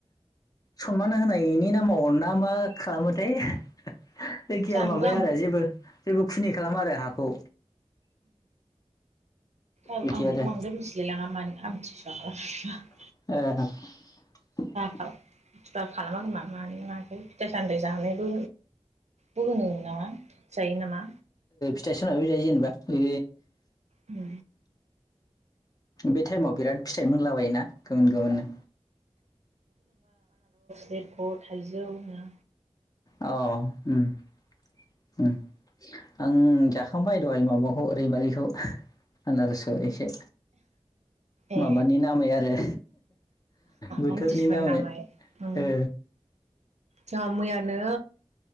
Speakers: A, on the left; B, on the right.
A: सनमान होनायनि नामाव ना मा खालामोथाय जायखिया
B: जानोबो
A: माबाया
B: आं
A: आरो जेबो जेबो खुनि खालामा आरो हाखौ
B: औ
A: बिदि
B: आंबो
A: आरो
B: बांद्राय मिथिलाय लाङा मानो आमथि <unintelligible>
A: ए
B: <unintelligible> फिथाइ सामथाइ जानायबो फगनो नामा जायोनामा
A: स्टाइसनाबो जायो जेनेबा बे
B: उ
A: बे टाइमाव बिराद फिथाइ मोनलाबायोना गुबुन गुबुननो
B: लेतख' थाइजौ नौ
A: अ उम उम आं जाखांबाय दहाइ माबाखौ रैमालिखौ आनारसखौ एसे
B: ए
A: माबानि नामै आरो बोथोरनि
B: आमथिसुवानि
A: नामै
B: उम
A: ओ
B: जोंहा मैयानो